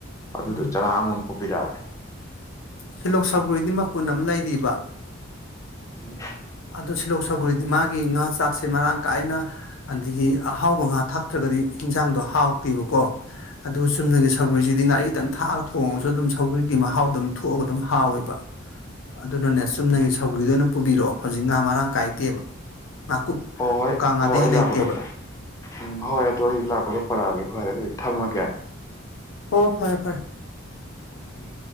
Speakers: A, on the left (about 15°); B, on the left (about 75°).
A: ꯑꯗꯨꯗꯣ
B: ꯎꯝ
A: ꯆꯔꯥ ꯑꯃꯃꯝ ꯄꯨꯕꯤꯔꯛꯑꯒꯦ
B: ꯁꯤꯜꯂꯣꯛ ꯁꯧꯒ꯭ꯔꯤꯗꯤ ꯃꯄꯨꯟ ꯑꯃ ꯂꯩꯔꯤꯕ
A: ꯎꯝ
B: ꯑꯗꯣ ꯁꯤꯜꯂꯣꯛ ꯁꯧꯒ꯭ꯔꯤꯗꯤ ꯃꯥꯒꯤ ꯉꯥ ꯆꯥꯛꯁꯦ ꯃꯔꯥꯡ ꯀꯥꯏꯅ ꯑꯗꯒꯤ ꯑꯍꯥꯎꯕ ꯉꯥ ꯊꯥꯛꯇ꯭ꯔꯒꯗꯤ ꯏꯟꯖꯥꯡꯗꯣ ꯍꯥꯎꯇꯦꯕꯀꯣ ꯑꯗꯨꯒ ꯆꯨꯝꯅꯒꯤ ꯁꯧꯒꯔꯤꯁꯤꯗꯤ ꯉꯥꯔꯤꯗꯪ ꯊꯥꯛꯑꯒ ꯊꯣꯡꯉꯁꯨ ꯑꯗꯨꯝ ꯁꯧꯒꯔꯤꯒꯤ ꯃꯍꯥꯎꯗꯨꯝ ꯊꯣꯛꯑꯒ ꯑꯗꯨꯝ ꯍꯥꯎꯋꯦꯕ ꯑꯗꯨꯅꯅꯦ ꯆꯨꯝꯅꯒꯤ
A: ꯎꯝ
B: ꯁꯧꯒꯤꯗꯣ ꯑꯣꯏꯅ ꯄꯨꯕꯤꯔꯛꯑꯣ ꯍꯧꯖꯤꯛ ꯉꯥ ꯃꯔꯥꯡ ꯀꯥꯏꯗꯦꯕ ꯉꯥꯀꯨꯞ
A: ꯍꯣꯏ ꯍꯣꯏ
B: ꯃꯨꯀꯥ ꯉꯥꯗꯩ
A: ꯍꯣꯏ
B: ꯍꯦꯟꯅ
A: ꯑꯩ
B: ꯂꯩꯇꯦꯕ
A: ꯂꯥꯛꯀꯗ ꯄꯨ ꯎꯝ ꯍꯣꯏ ꯑꯗꯨ ꯑꯩ ꯂꯥꯛ ꯄꯨꯔꯛꯑꯒꯦ ꯐꯔꯦ ꯑꯗꯨꯗꯤ ꯊꯝꯃꯒꯦ
B: ꯑꯣ ꯐꯔꯦ ꯐꯔꯦ
A: ꯎꯝ